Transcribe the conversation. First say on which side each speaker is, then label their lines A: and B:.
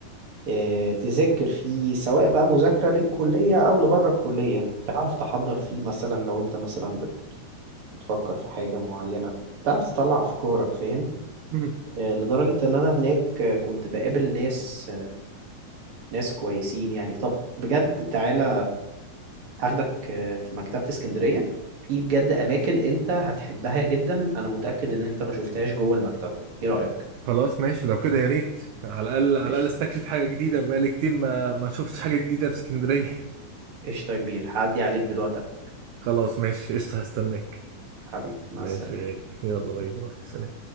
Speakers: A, on the right; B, on the right.
A: آه، تذاكر فيه سواء بقى مذاكرة للكلية او لبره الكلية تعرف تحضر فيه مثلا لو انت مثلا بت- بتفكر في حاجة معينة تعرف تطلع افكارك فاهم
B: مم.
A: آه، لدرجة ان انا هناك آه، كنت بقابل ناس ناس كويسين يعني طب بجد تعالى هاخدك آه، في مكتبة اسكندرية في بجد أماكن أنت هتحبها جدا أنا متأكد إن أنت ما شفتهاش جوه المكتبة إيه رأيك؟
B: خلاص ماشي لو كده يا ريت على الاقل على
A: قشطة
B: الاقل استكشف حاجة جديدة بقالي كتير ما ما شفتش حاجة جديدة في اسكندرية <laughs>
A: قشطة يا كبير هعدي عليك دلوقتي أخدك
B: خلاص ماشي قشطة هستناك
A: حبيبي مع
B: ماشي
A: السلامة
B: يا غالي يلا باي باي سلام